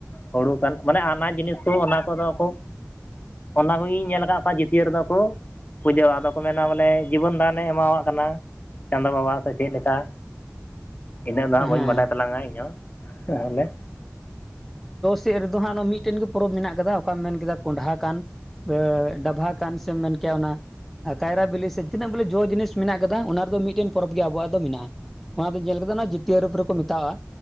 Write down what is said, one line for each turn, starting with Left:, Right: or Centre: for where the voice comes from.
Left: ᱦᱳᱲᱳ ᱠᱟᱱ ᱢᱟᱱᱮ ᱟᱱᱟᱡᱽ ᱡᱤᱱᱤᱥ ᱠᱚ ᱚᱱᱟ ᱠᱚᱫᱚ ᱠᱚ ᱚᱱᱟ ᱠᱚᱜᱤᱧ ᱧᱮᱞ ᱟᱠᱟᱫ ᱠᱚᱣᱟ ᱡᱤᱛᱭᱟᱹᱨ ᱫᱟᱠᱚ ᱯᱩᱡᱟᱹ ᱟᱫᱚ ᱠᱚ ᱢᱮᱱᱟ ᱵᱚᱞᱮ ᱡᱤᱵᱚᱱ ᱫᱟᱱᱮ ᱮᱢᱟᱣ ᱟᱫ ᱠᱟᱱᱟ ᱪᱟᱸᱫᱚ ᱵᱟᱵᱟ ᱥᱮ ᱪᱮᱫ ᱞᱮᱠᱟ ᱤᱱᱟᱹᱜ ᱫᱚ ᱦᱟᱸᱜ
Centre: ᱦᱮᱸ
Left: ᱵᱟᱹᱧ ᱵᱟᱰᱟᱭ ᱛᱟᱞᱟᱝᱟ ᱤᱧ ᱦᱚᱸ ᱛᱟᱦᱚᱞᱮ
Centre: ᱪᱮᱫ ᱨᱮᱫᱚ ᱦᱟᱸᱜ ᱱᱚᱣᱟ ᱢᱤᱫᱴᱮᱱ ᱜᱮ ᱯᱚᱨᱚᱵᱽ ᱢᱮᱱᱟᱜ ᱟᱠᱟᱫᱟ ᱚᱠᱟᱢ ᱢᱮᱱ ᱠᱮᱫᱟ ᱠᱚᱸᱰᱷᱟ ᱠᱟᱱ ᱥᱮ ᱰᱟᱵᱷᱟ ᱠᱟᱱ ᱥᱮᱢ ᱢᱮᱱ ᱠᱮᱜ-ᱟ ᱚᱱᱟ ᱠᱟᱭᱨᱟ ᱵᱤᱞᱤ ᱥᱮ ᱛᱤᱱᱟᱹᱜ ᱵᱚᱞᱮ ᱡᱚ ᱡᱤᱱᱤᱥ ᱢᱮᱱᱟᱜ ᱟᱠᱟᱫᱟ ᱚᱱᱟ ᱨᱮᱫᱚ ᱢᱤᱫᱴᱮᱱ ᱯᱚᱨᱚᱵᱽ ᱜᱮ ᱟᱵᱚᱣᱟᱜ ᱫᱚ ᱢᱮᱱᱟᱜᱼᱟ᱾ ᱚᱱᱟ ᱫᱚᱧ ᱧᱮᱞ ᱠᱮᱫᱟ ᱚᱱᱟ ᱡᱟᱛᱤᱭᱟᱹ ᱨᱩᱯ ᱨᱮᱠᱚ ᱢᱮᱛᱟᱜᱼᱟ᱾